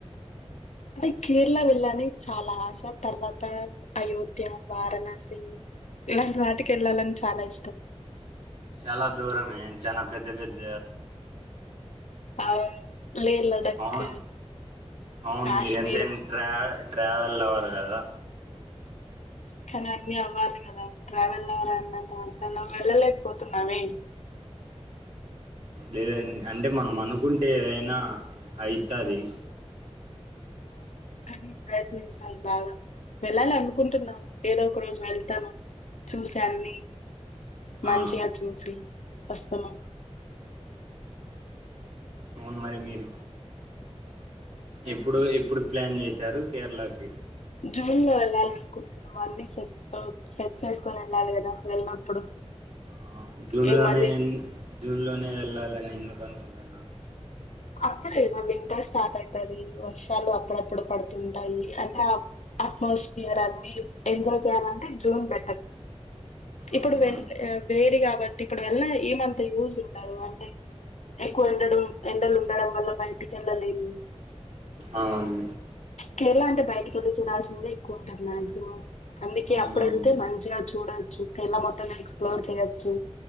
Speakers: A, on the left (about 85°); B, on the right (about 70°).
A: అదే కేరళ వెళ్ళలి అని చాలా ఆశ తర్వాత అయోధ్య, వారణాసి. ఇలాంటి వాటిక వెళ్ళాలని చాలా ఇష్టం.
B: చాలా దూరమే చానా పెద్ద పెద్ద
A: అవును లే లడక్
B: అవును అవును
A: కాశ్మీర్
B: మీరు ఎంతైనా ట్రా ట్రావెల్ అవ్వరు కదా
A: కానీ అన్నీ అవ్వాలి కదా ట్రావెల్ అవ్వాలన్నంత మాత్రన వెళ్ళలేకపోతున్నామ
B: లేదండి అంటే మనం అనుకుంటే ఏదైనా అవుతుంది
A: కానీ ప్రయత్నించాలి బాగా వెళ్ళాలి అనుకుంటున్నాం ఏదో ఒక రోజు వెళ్తాను చూస్తా అన్ని మంచిగ
B: ఆ
A: చూసి వస్తన్నం
B: అవును మరి మీరు ఎప్పుడు ఎప్పుడు ప్లాన్ చేశారు కేరళకి
A: జూ అది వెళ్ళాలనుకుంటున్నాము అన్ని సెట్ సెట్ చేసుకుని వెళ్ళాలి కదా వెళ్ళినప్పుడు
B: ఆ జూన్
A: ఏ
B: లోనే
A: మరి
B: ఎ జూన్ లోనే వెళ్ళాలని ఎందుకు అనుకుంటున్నారు
A: అప్పుడేదో వింటర్ స్టార్ట్ అవుతది వర్షాలు అప్పుడప్పుడు పడుతుంటాయి అంటే అప్ అట్మస్ఫియర్ అన్ని ఎంజాయ్ చేయాలంటే జూన్ బెటర్ ఇప్పుడు
B: అవునా
A: వె వేడి కాబ ఇప్పుడు వెల్ల ఏమంతా యూస ఉండదు అంటే ఎక్కువ ఉండడు ఎండలు ఉండడం వల్ల బయటికి వెళ్ళలేదు
B: అవును
A: కేరళ అంటే బయటకెళ్ళి చూడాల్సిందే ఎక్కువ ఉంటది మాక్సిమం అందుకే
B: అవునవును
A: అప్పుడెళ్తే మంచిగా చూడచ్చు కేరళ మొత్తం ఎక్స్ప్లోర్ చేయొచ్చు